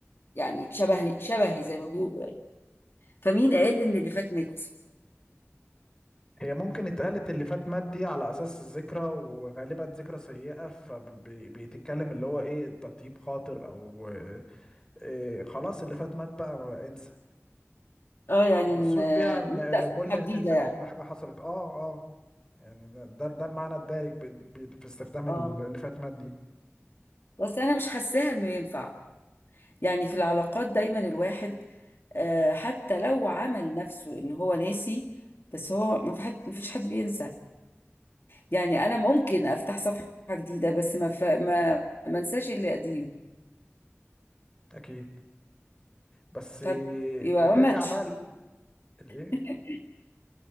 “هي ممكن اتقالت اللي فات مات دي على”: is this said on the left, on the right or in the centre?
Left